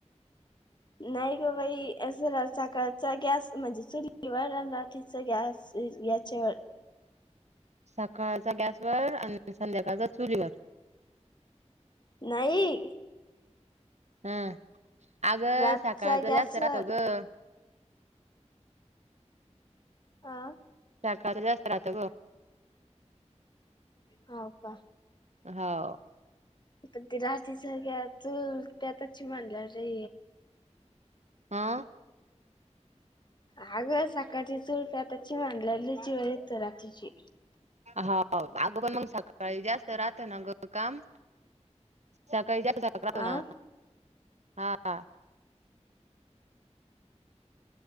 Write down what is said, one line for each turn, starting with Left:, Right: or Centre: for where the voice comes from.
Left: नाही ग बाई अस सकाळचा गॅस म्हणजे चुलीवरन राह अस गॅस याच्या
Right: सकाळच्या गॅसवर आणि संध्याकाळच्या चुलीवर
Left: नाही.
Right: हम अग
Left: रातचा
Right: सकाळच
Left: गॅसवर
Right: जास्त राहतो ग.
Left: अ
Right: शका जास्त राहत ग.
Left: हो का
Right: हो.
Left: पण ते र्री सारख्या चु त्यात म्हनल्या र
Right: हा.
Left: हाग सकाळची चोळप आताची मांडलेली जीवाण येत रात्रीची.
Right: हा अगं पण मग सकाळी जास्त राहत ना ग काम. सकाळी जा सकातो
Left: आ
Right: ना हा हा.